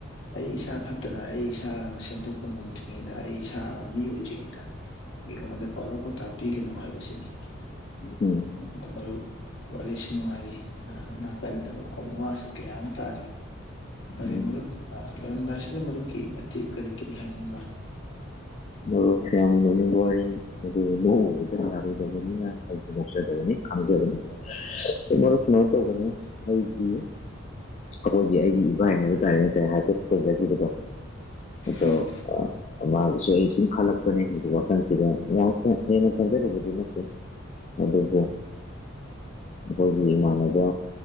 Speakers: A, on the left; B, on the left.
A: ꯑꯩ ꯏꯁꯥ ꯐꯠꯇꯅ ꯑꯩ ꯏꯁꯥꯅ ꯁꯦꯝꯗꯣꯛꯄ ꯉꯝꯗ꯭ꯔꯤꯉꯩꯗ ꯑꯩ ꯏꯁꯥ ꯃꯤ ꯑꯣꯏꯗ꯭ꯔꯤꯉꯩꯗ ꯃꯤꯉꯣꯟꯗ ꯄꯥꯎꯔꯧ ꯄꯥꯎꯇꯥꯛ ꯄꯤꯒꯅꯨ ꯁꯤꯅꯤ
B: ꯎꯝ
A: ꯑꯗꯨ ꯃꯔꯨꯞ ꯋꯥꯔꯤꯁꯤ ꯅꯨꯡꯉꯥꯏꯔꯤ ꯅꯥꯀꯟꯗ ꯃꯈꯣꯡ ꯑꯋꯥꯁꯨ ꯀꯌꯥ ꯑꯃ ꯇꯥꯔꯤ ꯐꯔꯦ
B: ꯎꯝ
A: ꯃꯔꯨꯞ ꯂꯣꯢꯔꯝꯗꯥꯏꯁꯤꯗ ꯃꯔꯨꯞꯀꯤ ꯃꯇꯦꯛ ꯀꯔꯤ ꯀꯔꯤ ꯍꯥꯏꯅꯤꯡꯕ
B: ꯃꯔꯨꯞ ꯌꯥꯝꯅ ꯅꯣꯛꯅꯤꯡꯕ ꯋꯥꯔꯤꯅꯤ ꯑꯗꯨꯗꯨ ꯂꯧ <unintelligible> ꯎꯕꯗ ꯌꯥꯔꯣꯏꯗꯕꯅꯤꯅ ꯑꯩꯁꯨ ꯅꯣꯛꯆꯗꯕꯅꯤ ꯈꯪꯖꯕꯅꯤ <unintelligible> ꯁꯨꯃꯥꯏꯅ ꯇꯧꯕꯅꯤ ꯑꯩꯒꯤ ꯑꯩꯈꯣꯏꯒꯤ ꯑꯩꯒꯤ ꯏꯕꯥꯏ ꯍꯥꯏꯕ ꯇꯥꯔꯦ ꯉꯁꯥꯏ ꯍꯥꯏꯐꯦꯠ ꯇꯧꯖꯈꯤꯕꯗꯣ ꯑꯗꯣ
A: ꯎꯝ
B: ꯃꯃꯥꯡꯗꯁꯨ ꯑꯩꯅ ꯁꯨꯝ ꯈꯥꯜꯂꯛ ꯍꯥꯏꯖꯤꯛ ꯋꯥꯈꯜꯁꯤꯗ ꯌꯥꯝ ꯀꯥ ꯍꯦꯟꯅ ꯈꯥꯟꯖꯤꯜꯂꯧꯕꯗꯤ ꯅꯠꯇꯦ ꯑꯗꯨꯕꯨ ꯃꯈꯣꯏꯒꯤ ꯏꯃꯥꯟꯅꯕ